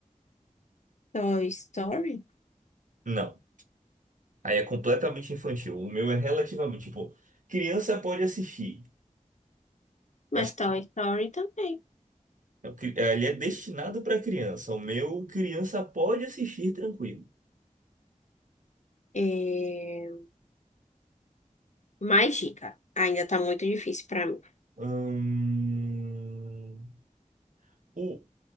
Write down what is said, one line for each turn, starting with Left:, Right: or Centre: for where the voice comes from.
Left: Toy Story?
Right: Não. Aí é completamente infantil. O meu é relativamente, tipo, criança pode assistir,
Left: Mas
Right: mas
Left: Toy Story também.
Right: cri- eh, ele é destinado para criança. O meu, criança pode assistir tranquilo.
Left: É... Mais dica. Ainda tá muito difícil pra mim.
Right: Hum, O,